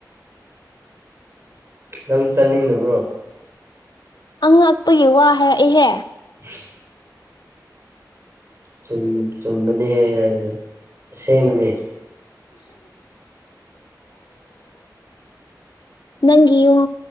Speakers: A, on the right; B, on the left.
A: ꯅꯪ ꯆꯠꯅꯤꯡꯗꯕ꯭ꯔꯣ?
B: ꯑꯉꯛꯄꯒꯤ ꯋꯥ ꯍꯥꯏꯔꯛꯏꯍꯦ!
A: <inaudible> ꯨꯆꯨꯝ ꯆꯨꯝꯕꯅꯦ ꯍꯥꯏꯕꯗꯣ ꯑꯁꯦꯡꯕꯅꯦ꯫
B: ꯅꯪꯒꯤ ꯌꯨꯝ